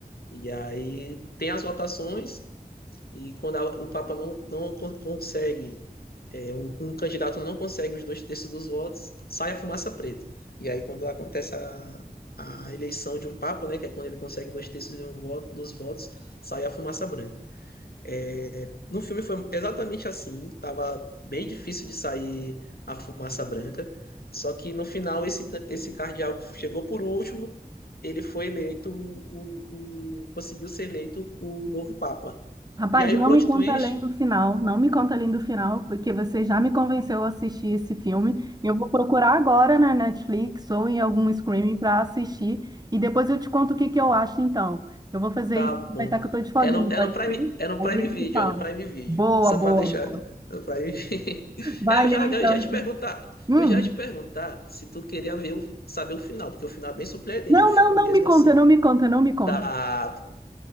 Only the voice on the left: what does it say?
E aí tem as votações, e quando a- o Papa não, não con- consegue, é, um, um candidato não consegue os dois terços dos votos, sai a fumaça preta. E aí, quando acontece a, a eleição de um Papa, né, que é quando ele consegue dois terços de um voto, dos votos, sai a fumaça branca. É, no filme foi exatamente assim, estava bem difícil de sair a fumaça branca, só que no final esse, esse cardeal que chegou por último, ele foi eleito, o, o- o- conseguiu ser eleito o novo Papa.
E aí
o plot
twist,
tá
bom.
É no, é
no Prime,
é no
Prime
Video,
é no Prime Video.
Só
pra deixar
né? no Prime Video. <laughs>
É, eu já,
eu já te perguntar,
eu já te perguntar se tu queria ver o, saber o final, porque o final é bem surpreendente,
o filme
mesmo
assim.
Tá,